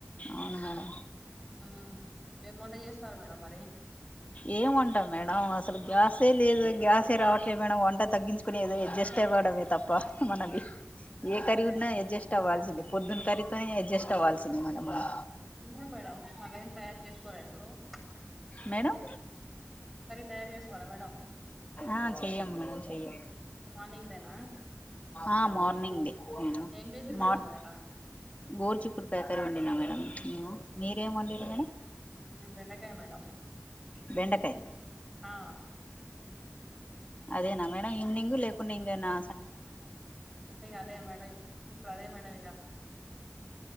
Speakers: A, on the left; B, in the centre.
A: అవును మేడం
B: ఉ ఏం వంట జేస్తారు మేడం మరి అ
A: ఏం వంట మేడం అసలు గ్యాసే లేదు గ్యాసే రావట్లేదు మేడం వంట తగ్గించు. ఏదో అడ్జస్ట్
B: మేడం
A: అవ్వడమే ప్ప మనది ఏ కర్రీ
B: అంతేనా
A: ఉన్నా అడ్జస్ట్ అవ్వాల్సిందే పొద్దున్న కర్రీ తోనే అడ్జస్ట్ అవ్వాల్సిందే మేడం మనం
B: ఎందుకు మేడం మరేం తయారు చేసుకోరా ఇప్పుడు ప్చ్
A: మేడం
B: తయారు చేసుకోరా మేడం
A: ఆహ్ చెయం మేడం చేయం
B: మార్నింగ్ దేనా
A: ఆహ్ మార్నింగ్దే మేడం
B: ఏం చేసిరు
A: మార్
B: మేడం ఇయాలా
A: గోరుచిక్కుడు కాయ కర్రీ వండ్ మేడం మేం మీరేం వండిండ్రు మేడం
B: మెం బెండకాయ మేడం
A: బెండకాయి
B: ఆ
A: అదేన మేడం ఈవినింగ్ లేక నా
B: ఇగదే మేడం ఇప్పుడు అదే మేడం ఇగ